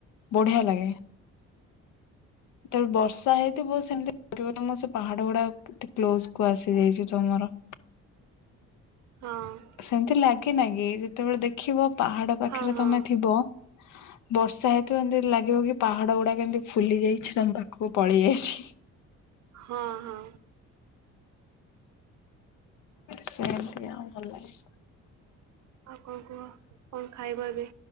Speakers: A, on the left; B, on the right.
A: ବଢିଆ ଲାଗେ ଯେତେବେଳେ ବର୍ଷା ହେଇଥିବ ସେମତି ଲାଗିବ ତମ ସେ ପାହାଡ ଗୁଡା ଏତେ କ୍ଲୋଜ କୁ ଆସିଯାଇଛି ତମର
B: ହଁ
A: ସେମିତି ଲାଗେ ନାଗି ଯେତେବେଳେ ଦେଖିବ ପାହାଡ ପାଖରେ
B: ହଁ ହଁ
A: ତମେ ଥିବ
B: <inaudible>
A: ବର୍ଷା ହେତୁ ଏମିତି ଲାଗିବ କି ପାହାଡ ଗୁଡା କେମିତି ଫୁଲି ଯାଇଛି ତମ ପାଖକୁ ପଳେଇ ଆଇଛି।
B: ହଁ ହଁ।
A: ସେମତି ଆଉ ଭଲ ଲାଗେ।
B: ଆଉ କଣ କୁହ କଣ ଖାଇବ ଏବେ